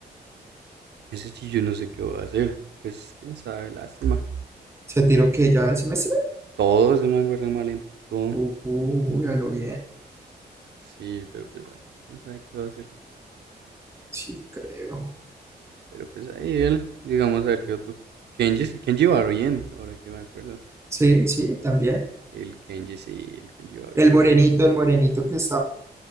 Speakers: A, on the right; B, on the right.
A: Ese chillo no sé qué va a hacer. Pues quién sabe, lástima.
B: ¿Se tiró que ya el semestre?
A: Todo ese man va re mal en todo.
B: Uy, a lo bien.
A: Sí, pero pues ah, quién sabe qué va a hacer.
B: Sí, creo.
A: Pero pues ahí él, digamos, a ver qué otro... Kenji, sí- Kenji va bien, ahora que me acuerdo.
B: Sí, sí, también.
A: El Kenji sí, el Kenji va
B: El
A: bien.
B: morenito, el morenito que